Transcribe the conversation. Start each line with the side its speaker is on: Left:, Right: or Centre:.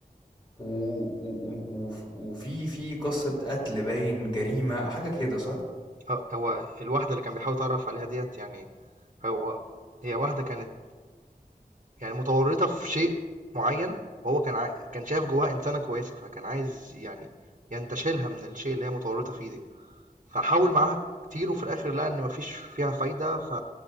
Left: و... و... و... وف- وفي في قصة قتل باين جريمة حاجة كده صح
Right: آه، هو الواحدة اللي كان بيحاول يتعرف عليها ديت يعني هو هي واحدة كانت يعني متورطة في شيء معين وهو كان عا... كان شايف جواها إنسانة كويسة فكان عايز يعني ينتشلها من الشيء اللي هي متورطة فيه ده فحاول معاها كتير وفي الآخر لقى إن مفيش فيها فايدة ف...